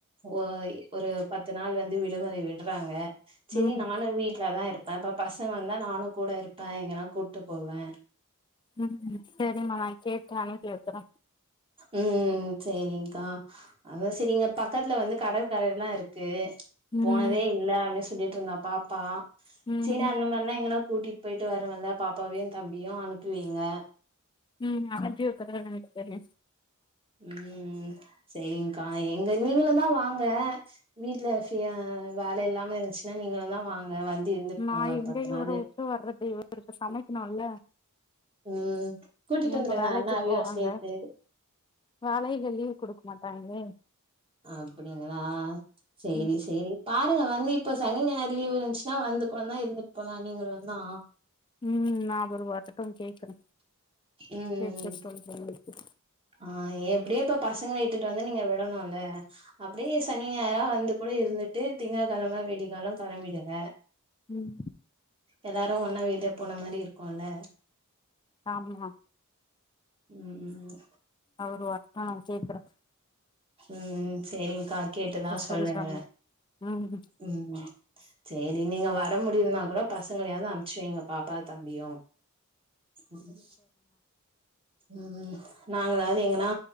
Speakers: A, on the right (about 25°); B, on the left (about 20°).
A: ஒய் ஒரு பத்து நாள் வந்து விடுமுறை விட்றாங்க செரி
B: ம்
A: நானு வீட்லதா இருப்பே இப்ப பசங்க வந்தா நானு கூட இருப்பே எங்கன்னா கூப்ட்டு போவே
B: ம் செரிமா நா கேட்டு அனுப்பி வைக்கிற
A: ம் செரி்ங்கா அத செரி இங்க பக்கத்ல வந்து கடற்கரைல்லா இருக்கு
B: ம்
A: போனதே இல்ல அப்டின் சொல்லிட் இருந்தா பாப்பா
B: ம்
A: செரி அந்த மாரின்னா எங்கன்னா கூட்டிட் போயிட் வருவேல்ல பாப்பாவையு தம்பியு அனுப்பி வைங்க
B: ம் அனுப்பி வெக்கிற ரெண்டு பேரையு
A: ம் செரிங்க்கா எங்க நீங்களுந்தா வாங்க வீட்ல ஃப்ரீயா வேல இல்லாம இருந்த்ச்சுன்னா நீங்களுந்தா வாங்க வந்து இருந்துட்டு
B: நா
A: போங்க ஒரு
B: எங்க
A: பத்து நாளு
B: இவர உட்டு வர்றது இவருக்கு சமைக்கணுல்ல
A: ம் கூட்டிட்
B: இவங்க
A: வந்திருங்க
B: வேலைக்கு
A: அண்ணாவையு
B: போவாங்க
A: சேத்து
B: வேலையில லீவ் குடுக்க மாட்டாங்களே
A: அப்டிங்ளா செரி
B: ம்
A: செரி பாருங்க வந்து இப்ப சனி ஞாயிறு லீவ் வந்த்ச்னா வந்து கொஞ்னா இருந்துட் போலா நீங்களுந்தா
B: ம் நா அவர் வரட்டு கேக்குற
A: ம்
B: கேட்டு சொல்ற இன்னக்கி
A: ஆ எப்டியு இப்ப பசங்கள இட்டுட்டு வந்து நீங்க விடணுல்ல அப்டியே சனி ஞாயிறா வந்து கூட து இருந்துட்டு திங்கக் கெழம விடிக்கால்லா களம்பிடுங்க
B: ம்
A: எல்லாரு ஒன்னா வெளிய போன மாரி இருக்குல்ல
B: ஆமா
A: ம்
B: அவரு வர்ட்டு நா கேகுறே
A: ம் செரிங்க்கா கேட்டதா
B: சொல்றேங்க
A: சொல்லுங்க.
B: ம்
A: ம் செரி நீ நீங்க வர முடியலனா கூட பசங்களயாவது அம்ச்சி வைங்க பாப்பா தம்பியு ம் ம் நாங்களாவது எங்கனா